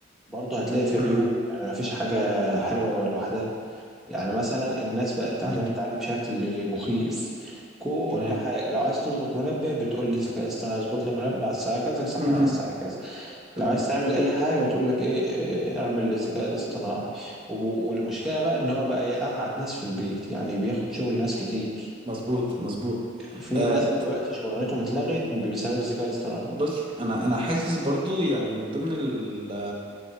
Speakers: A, in the centre; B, on the right.
A: برضه هتلاقي فيه عيوب
B: مهم.
A: يعني مفيش حاجة حلوة لوحدها يعني مثلا الناس بقت تعتمد
B: مهم.
A: عليه بشكل مخيف كل
B: تمام
A: حاجة لو عايز تظبط منبه بتقول للذكاء الاصطناعي اظبط لي منبه على الساعة كذا صحينا
B: مهم.
A: على الساعة كذا
B: تمام
A: لو عايز تعمل اي حاجه بتقول لك ايه إيه، اعمل للذكاء الاصطناعي و- والمشكله بقى ان هو بقى يقعد ناس في البيت يعني بياخد شغل ناس كتير
B: مظبوط مظبوط
A: في
B: آه
A: ناس دلوقتي شغلانتهم اتلغت بسبب الذكاء الاصطناعي
B: بص انا انا حاسس برضو يعني من ضمن ال